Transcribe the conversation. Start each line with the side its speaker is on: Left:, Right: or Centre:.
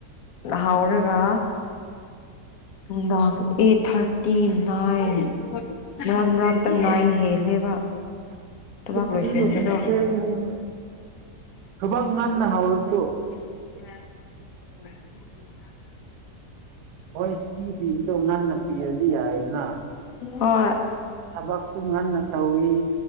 Left: ꯍꯥꯎꯔꯒ ꯉꯥꯡ ꯑꯦꯠ ꯊꯥꯔꯇꯤ ꯅꯥꯏꯟ ꯃꯔꯥꯡ ꯃꯔꯥꯡꯇ ꯅꯥꯏꯟ ꯍꯦꯜꯂꯦꯕ
Right: <unintelligible>
Left: ꯊꯕꯥꯛ ꯂꯣꯏꯁꯤꯟꯕꯗꯣ
Right: ꯈꯕ ꯉꯥꯟꯗ ꯍꯥꯋꯥꯔꯁꯨ
Left: <unintelligible>
Right: ꯍꯣꯏ ꯏꯁꯇꯤ ꯄꯤꯕꯗꯣ ꯉꯟꯅ ꯄꯤꯔꯗꯤ ꯌꯥꯏꯗꯅ
Left: ꯍꯣꯏ
Right: ꯊꯕꯛ ꯁꯨꯡ ꯉꯟꯅ ꯇꯧꯏ